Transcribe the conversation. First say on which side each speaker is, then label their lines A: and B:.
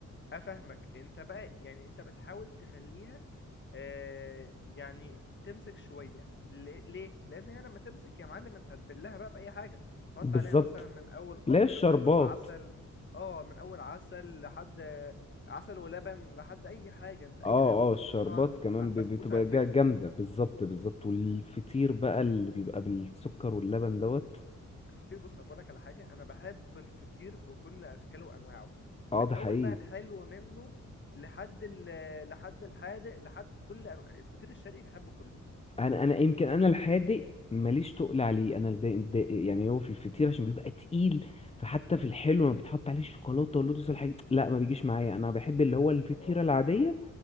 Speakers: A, on the left; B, on the left.
A: افهمك انت بقى يعني انت بتحاول تخليها آه يعني تمسك شويه ل- ليه لان هي لما تمسك يا معلم انت هتبلها بقى باي حاجه تحط
B: بالظبط
A: عليها مثلا من اول
B: لا
A: قطر
B: الشربات
A: بقى اللي هو عسل اه من اول عسل لحد عسل ولبن لحد اي حاجه انت اي
B: اه
A: حاجه ممكن
B: اه الشربات
A: تحطها على
B: كمان
A: على البسبوسه
B: ب- بتبقى
A: هتفك
B: جا- جامدة بالظبط بالظبط والفطير بقى اللي بيبقى بالسكر واللبن
A: و-
B: دوت
A: الفطير بص أقول لك على حاجة أنا بحب الفطير بكل أشكاله وأنواعه
B: اه
A: من
B: ده
A: أول
B: حقيقي
A: بقى الحلو منه لحد ال لحد الحادق لحد كل أنواع الفطير الشرقي بحبه كله
B: انا انا يمكن انا الحادق ماليش تقل عليه انا الدا- الدا- يعني هو في الفطير عشان بيبقى تقيل فحتى
A: امم
B: في الحلو لما بيتحط عليه الشوكولاته واللوتس والحاجات لا ما بيجيش معايا انا بحب اللي هو الفطيره
A: اه
B: العاديه